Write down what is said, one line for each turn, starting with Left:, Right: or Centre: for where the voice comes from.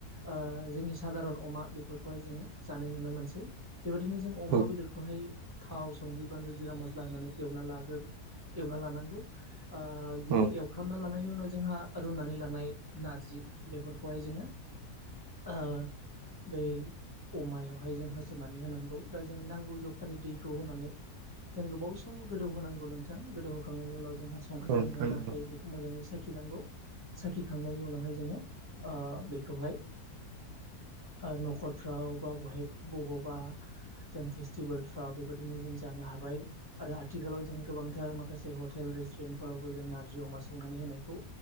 Left: ओ जोंनि सादारन अमा बे फोरखौहाय जोङो जानाय नुनो मोनसै बेबायदिनो जों अमा
Right: औ
Left: बेदरखौहाय थाव संख्रि बानलु जिरा मस्ला होनानै एवना लाग्रो एवना लानांगौ ओ बिदिनो
Right: औ
Left: एवफ्रामना लानायनि उनाव जोंहा रुनानै लानाय नारजि बेफोरखौहाय जोङो आ बेै अमायावहाय जों होसननानै होनांगौ दा जों नांगौ जखानि दैखौ होनानै जों गोबाव सम गोदौ होनांगौ नोंथां गोदौ होखांनायनि उनाव जोंहा संख्रि
Right: नोंथां
Left: नांदोंना
Right: नंगौ
Left: नाङाखै बेखौ मोजाङै साखि खिनांगौ साखिखांनायनि उनावहाय जोङो ओ बेखौहाय ओ न'खरफ्राव बा बहाय बबावबा जों फेस्टिभेलफ्राव बेबायदिनो जों जानो हाबाय आरो आथिखालाव जों गोबांथार माखासे हटेल रेस्टुरेन्टफोरावबो जों नारजि अमा संनानै होनायखौ